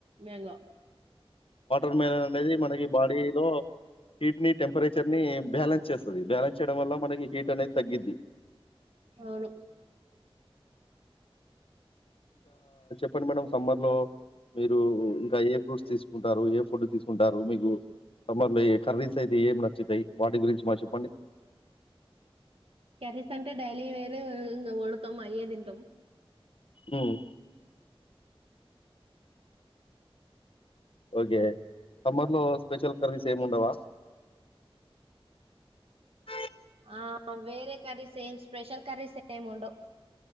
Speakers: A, on the right; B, on the left.
A: మ్యాంగో
B: రూమేన అనేది మనకి బాడీలో హీట్ని టెంపరేచర్ ని బ్యాలెన్స్ చేస్తది బ్యాలెన్స్ చేయడం వల్ల మనకి హీట్ అనేది తగ్గిద్ది
A: అవును
B: ప్పుడు మనం సమ్మర్ లో మీరు ఇంకా ఏ ఫ్రూట్స్ తీసు కుంటారు ఏ ఫుడ్ తీసుకుంటారు మీకు సమ్మర్లో ఏ కర్రీస్ అయితే ఏం నచ్చుతాయి వాటి గురించి మాకు చెప్పండి
A: కర్రీస్ అంటే డైలీ వేరు ఇంగ ఉడకం అయ్యే తింటం
B: హ్మ్ ఓకే సమ్మర్ లో స్పెషల్ కర్రీస్ ఏముండవా ఆ
A: ఆ వేరే కర్రీస్ ఏం స్పెషల్ కర్రీస్ ఏం ఉండవ్